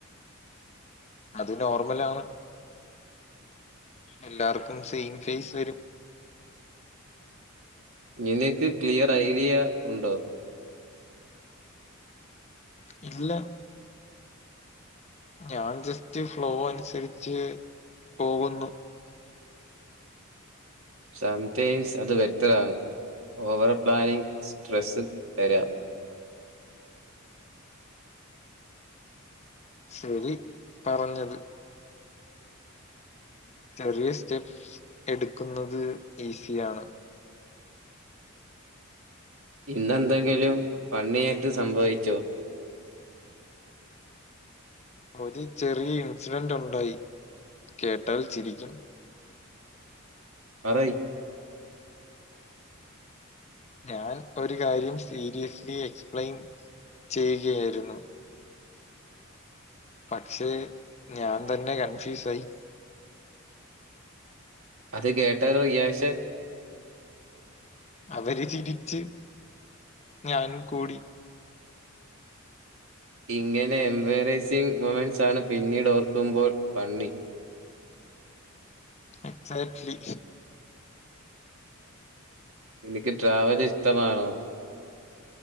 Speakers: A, on the left (about 30°); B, on the right (about 70°).
A: അത് നോർമലാണ്. എല്ലാർക്കും സെയിം ഫേസ് വരും.
B: നിനക്ക് ക്ലിയർ ഐഡിയ ഉണ്ടോ?
A: ഇല്ല. ഞാൻ ജസ്റ്റ് ഫ്ലോ അനുസരിച്ച് പോകുന്നു.
B: സംതിങ്സ് അത് ബെറ്ററാണ്, ഓവർ പ്ലാനിങ് സ്ട്രെസ്സ് തരാ.
A: ശരി പറഞ്ഞത്. ചെറിയ സ്റ്റെപ്പ്സ് എടുക്കുന്നത് ഈസിയാണ്.
B: ഇന്നെന്തെങ്കിലും ഫണ്ണിയായിട്ട് സംഭവിച്ചോ?
A: ഒരു ചെറിയ ഇൻസിഡന്റ് ഒണ്ടായി, കേട്ടാൽ ചിരിക്കും.
B: പറയ്‌.
A: ഞാൻ ഒരു കാര്യം സീരിയസ്ലി എക്സ്പ്ലെയിൻ ചെയ്യുകയായിരുന്നു പക്ഷെ ഞാൻ തന്നെ കൺഫ്യൂസായി
B: അത് കേട്ടവരുടെ റിയാക്ഷൻ
A: അവര് ചിരിച്ച് ഞാനും കൂടി.
B: ഇങ്ങനെ എംബരാസിങ് മോമെൻറ്സാണ് പിന്നീടോർക്കുമ്പോൾ ഫണ്ണി.
A: എക്സാക്ട്ലി.
B: നിനക്ക് ട്രാവലിഷ്ടമാണോ?